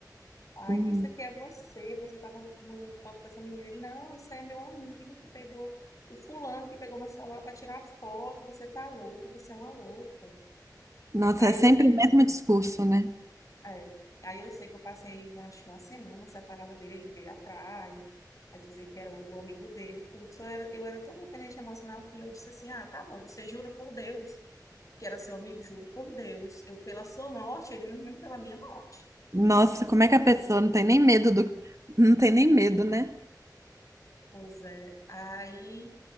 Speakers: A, on the left (about 50°); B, on the right (about 45°).
A: Aí,
B: Hum.
A: isso aqui é você, você tava mandando foto pra essa menina. Ele, não, isso aí é meu amigo que pegou, o fulano que pegou meu celular para tirar foto, você tá louco, você é uma louca.
B: Nossa,
A: Aí
B: é sempre
A: eu sei,
B: o mesmo discurso, né?
A: É. Aí eu sei que eu passei acho, que uma semana separada dele, ele veio atrás, a dizer que era o, o amigo dele, e tudo. Só era- eu era tão dependente emocional que eu disse assim, ah, tá bom, você jura por Deus que era seu amigo, juro por Deus. Eu pela sua morte, ele não pela minha morte.
B: Nossa, como é que a pessoa não tem nem medo do. Não tem nem medo, né?
A: Pois é. Aí